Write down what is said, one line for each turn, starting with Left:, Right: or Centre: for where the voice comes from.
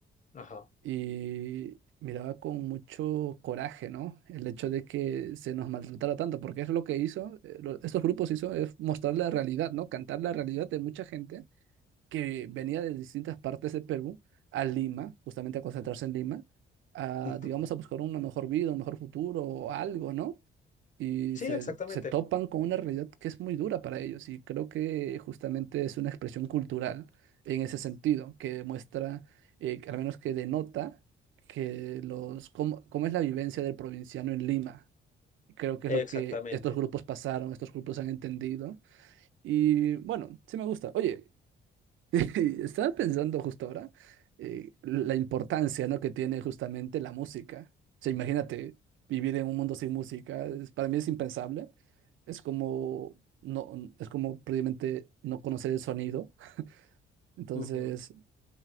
Left: Ajá.
Right: y miraba con mucho coraje, ¿no? El hecho de que se nos maltratara tanto, porque es lo que hizo, eh, lo- estos grupos hizo, es mostrar la realidad, ¿no? Cantar la realidad de mucha gente que venía de distintas partes de Perú a Lima, justamente a concentrarse en Lima, a,
Left: Ujú.
Right: digamos, a buscar una mejor vida, un mejor futuro o algo, ¿no? Y
Left: Sí,
Right: se,
Left: exactamente.
Right: se topan con una realidad que es muy dura para ellos y creo que justamente es una expresión cultural en ese sentido, que demuestra, eh, que al menos que denota que los, cómo, cómo es la vivencia del provinciano en Lima. Y Creo que es lo
Left: Exactamente.
Right: que estos grupos pasaron, estos grupos han entendido. Y bueno, sí me gusta. Oye, <laughs> Estaba pensando justo ahora eh, la importancia, ¿no? que tiene justamente la música. O sea, imagínate vivir en un mundo sin música, es- para mí es impensable. Es como no, es como prácticamente no conocer el sonido. Entonces,
Left: Ujú.